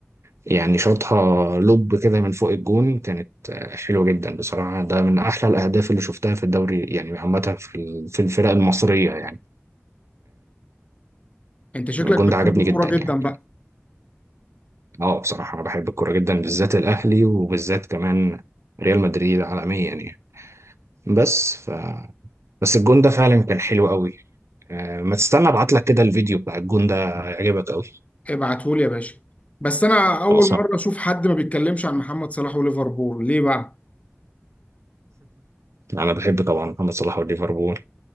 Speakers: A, on the right; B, on the left.
A: يعني شاطها لوب كده من فوق الجون كانت آه، حلوة جدا بصراحة ده من أحلى الأهداف اللي شفتها في الدوري يعني عامة في ال- في الفرق المصرية يعني
B: انت شكلك
A: الجون
B: بتحب
A: ده عجبني
B: الكورة
A: جدا يعني
B: جدا بقى
A: اه بصراحة أنا بحب الكورة جدا بالذات الأهلي وبالذات كمان ريال مدريد عالميا يعني بس ف بس الجون ده فعلا كان حلو قوي آه، ما تستنى ابعت لك كده الفيديو بتاع الجون ده هيعجبك قوي
B: ابعتهولي يا باشا بس انا اول
A: خلاص <laughs>
B: مرة اشوف حد ما بيتكلمش عن محمد صلاح وليفربول ليه بقى
A: انا بحب طبعا محمد صلاح والليفربول